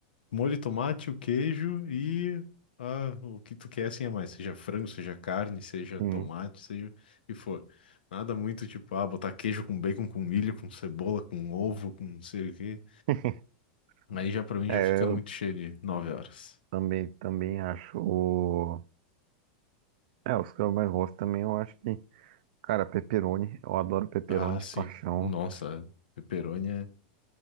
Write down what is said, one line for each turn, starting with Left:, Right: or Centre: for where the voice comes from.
Left: molho de tomate, o queijo e ah, o que tu quer, assim, a mais. Seja frango, seja carne, seja
Right: Sim.
Left: tomate, seja o que for. Nada muito, tipo, ah, botar queijo com bacon, com milho, com cebola, com ovo, com não sei o quê.
Right: <laughs>
Left: Aí já, pra mim,
Right: É,
Left: já fica
Right: eu
Left: muito cheio de nove horas.
Right: também, também acho. o, É, os que eu mais gosto também, eu acho que. Cara, pepperoni. Eu adoro pepperoni
Left: Ah,
Right: de
Left: sim.
Right: paixão.
Left: Nossa, pepperoni é...